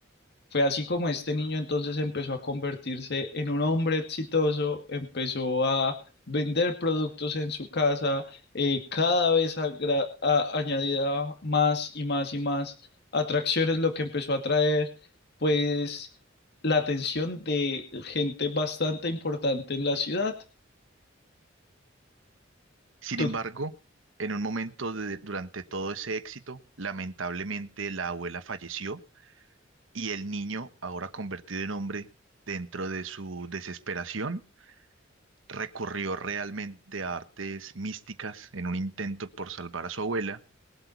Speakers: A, on the left (about 55°); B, on the right (about 80°).
A: Fue así como este niño entonces empezó a convertirse en un hombre exitoso, empezó a vender productos en su casa, eh, cada vez agra- a- añadía más y más y más atracciones, lo que empezó a atraer, pues la atención de gente bastante importante en la ciudad.
B: Sin
A: Tú-
B: embargo, en un momento de- durante todo ese éxito, lamentablemente la abuela falleció y el niño, ahora convertido en hombre, dentro de su desesperación, recurrió realmente a artes místicas en un intento por salvar a su abuela,